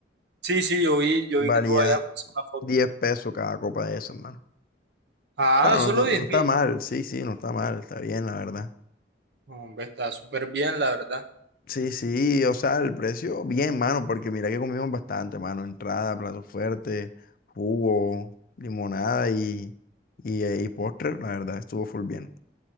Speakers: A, on the right; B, on the left.
A: Sí, sí, yo vi, yo
B: Valía
A: vi que tú habías puesto una foto.
B: 10 pesos cada copa de eso, hermano.
A: Ah,
B: Claro,
A: solo
B: no,
A: diez
B: no- no está
A: mil.
B: mal, sí, sí, no está mal, está bien, la verdad.
A: Hombre, está súper bien, la verdad.
B: Sí, sí, o sea, el precio, bien, mano, porque mira que comimos bastante, mano. Entrada, plato fuerte, jugo, limonada y, y, eh, y postre, la verdad, estuvo full bien.